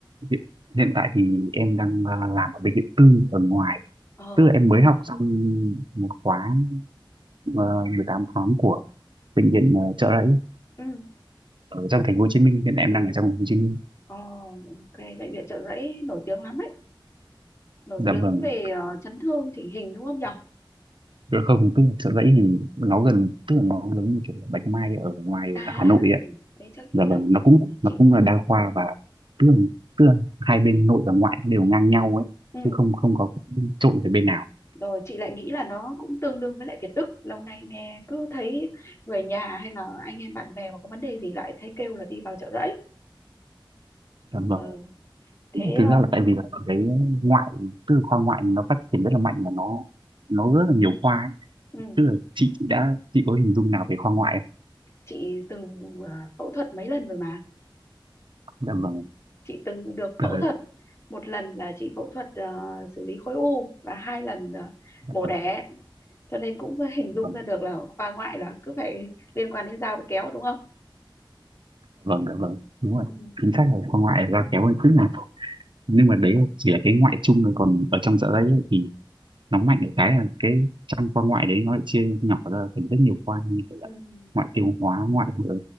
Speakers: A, on the right (about 65°); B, on the left (about 35°).
A: hiện, hiện tại thì em đang à, làm ở bệnh viện tư ở ngoài
B: Ờ,
A: tức là em mới học xong một khóa uh, 18 tháng của bệnh viện ờ, Chợ Rẫy
B: ừ,
A: ở trong thành phố Hồ Chí Minh hiện tại em
B: ừ.
A: đang ở trong thành phố Hồ Chí Minh
B: Ờ, ok, bệnh viện Chợ Rẫy nổi tiếng lắm ấy, nổi
A: dạ
B: tiếng
A: vâng
B: về ờ, chấn thương chỉnh hình đúng không nhở?
A: Dạ không tức là chợ Rẫy thì nó gần tức là nó giống như kiểu là Bạch Mai ở ngoài
B: À, à,
A: à, Hà Nội ạ
B: ừ. Thế chắc chị
A: dạ
B: nhập
A: vâng nó cũng
B: chị.
A: nó cũng là đa khoa và tức là, tức là hai bên nội và ngoại đều ngang nhau ấy
B: Ừ.
A: chứ không không có cái trội về bên nào
B: Rồi chị lại nghĩ là nó cũng tương đương với lại Việt Đức. Lâu nay nghe cứ thấy người nhà hay là anh em bạn bè mà có vấn đề gì lại thấy kêu là đi vào Chợ Rẫy.
A: dạ vâng
B: Ờ, thế
A: Tức là thực ra
B: ờ,
A: là tại vì là ở đấy ngoại tức là khoa ngoại nó phát triển rất là mạnh và nó nó rất là nhiều khoa ấy.
B: ừ.
A: tức là chị đã chị có hình dung nào về khoa ngoại
B: chị từng à, phẫu thuật mấy lần rồi mà
A: không dạ vâng
B: chị từng được
A: Ờ,
B: phẫu thuật một lần là chị phẫu thuật à, xử lý khối u và hai lần à,
A: dạ
B: mổ
A: vâng
B: đẻ cho nên cũng <laughs> hình
A: dạ
B: dung
A: vâng.
B: ra được là khoa ngoại là cứ phải liên quan đến dao với kéo đúng không
A: vâng dạ vâng đúng rồi
B: ừ,
A: chính xác là con ngoại ra kéo hơn chút nào nhưng mà đấy chỉ là cái ngoại chung thôi còn ở trong dạ dày ấy, thì nó mạnh ở cái là cái trong con ngoại đấy nó lại chia nhỏ ra thành rất nhiều khoa như kiểu
B: ừ,
A: là ngoại
B: ừ,
A: tiêu hóa ngoại ờ,